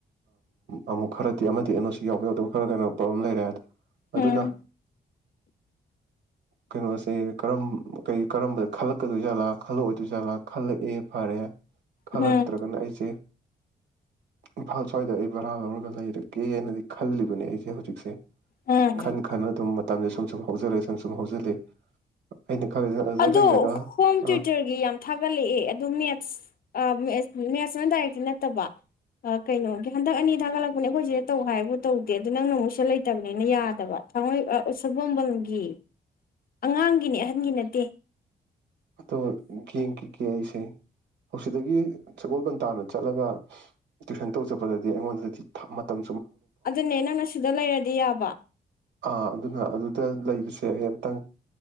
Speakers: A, on the right; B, on the left.
A: ꯑꯃꯨꯛ ꯈꯔꯗꯤ ꯑꯃꯗꯤ ꯑꯅꯣꯁꯤ ꯌꯥꯎꯕ ꯌꯥꯎꯗꯕ ꯈꯔ ꯀꯩꯅꯣ ꯄ꯭ꯔꯣꯕ꯭ꯂꯦꯝ ꯂꯩꯔꯦ ꯑꯗꯣ
B: ꯎꯝ
A: ꯑꯗꯨꯅ ꯀꯩꯅꯣꯁꯦꯔꯝ ꯀ ꯀꯔꯝꯕꯗ ꯈꯜꯂꯛꯀꯗꯣꯏꯖꯥꯠꯂꯥ ꯈꯜꯂꯛꯑꯣꯏꯗꯣꯏꯖꯥꯠꯂꯥ ꯈꯜꯂꯛꯑꯦ ꯐꯔꯦ ꯈꯜꯂꯛꯇ꯭ꯔꯒꯅ
B: ꯎꯝ
A: ꯑꯩꯁꯦ ꯏꯝꯐꯥꯜ ꯁ꯭ꯋꯥꯏꯗ ꯑꯩ ꯕꯔꯥ ꯂꯧꯔꯒ ꯂꯩꯔꯒꯦꯅꯗꯤ ꯈꯜꯂꯤꯕꯅꯦ ꯑꯩꯁꯦ ꯍꯧ ꯍꯧꯖꯤꯛꯁꯦ
B: ꯎꯝ
A: ꯈꯟ ꯈꯅ ꯑꯗꯨꯝ ꯃꯇꯝꯁ ꯁꯨꯝ ꯁꯨꯝ ꯍꯧꯖꯜꯛꯏ ꯁꯨꯝ ꯁꯨꯝ ꯍꯧꯖꯤꯜꯂꯤ ꯑꯩꯅ ꯈꯜꯂꯤꯁꯤꯅ ꯑꯗꯨꯗ
B: ꯑꯗꯣ
A: ꯂꯩꯔꯒ
B: ꯍꯣꯝ ꯇ꯭ꯌꯨꯇꯔꯒꯤ
A: ꯑꯥ
B: ꯌꯥꯝ ꯊꯥꯒꯠꯂꯛꯑꯦ ꯑꯗꯨꯗꯣ ꯃꯦꯠꯁ ꯃꯦꯠꯁꯤꯅ ꯗꯥꯏꯔꯦꯛꯇꯤ ꯅꯠꯇꯕ ꯀꯩꯅꯣꯒꯤ ꯍꯟꯗꯛ ꯑꯅꯤ ꯊꯥꯒꯠꯂꯛꯄꯅꯦ ꯑꯩꯈꯣꯏ ꯁꯤꯗ ꯇꯧ ꯍꯥꯏꯕꯨ ꯇꯧꯗꯦ ꯑꯗꯨ ꯅꯪꯅ ꯑꯃꯨꯛ ꯁꯦ ꯂꯩꯇꯕꯅꯤꯅ ꯌꯥꯗꯕ ꯊꯥꯡꯃꯣꯏ ꯁꯒꯣꯕꯝꯒꯤ ꯑꯉꯥꯡꯒꯤꯅꯦ ꯑꯍꯟꯒꯤ ꯅ ꯇꯦ
A: ꯑꯗꯨꯣ ꯀ ꯀ ꯀꯁꯦ ꯍꯧꯛꯇꯗꯒꯤ ꯁꯒꯣꯜꯕꯟ ꯇꯥꯅ ꯆꯠꯂꯒ ꯇ꯭ꯋꯏꯁꯟ ꯇꯧ ꯆꯠꯄꯗꯗꯤ ꯑꯩꯉꯣꯟꯗꯗꯤ ꯃꯇꯝ
B: ꯑꯗꯨꯅꯦ ꯅꯪꯅ ꯁꯤꯗ ꯂꯩꯔꯗꯤ ꯌꯥꯕ
A: ꯑꯥ ꯑꯗꯨꯅ ꯑꯗꯨꯗ ꯂꯩꯕꯁꯦ ꯑꯝꯇꯪ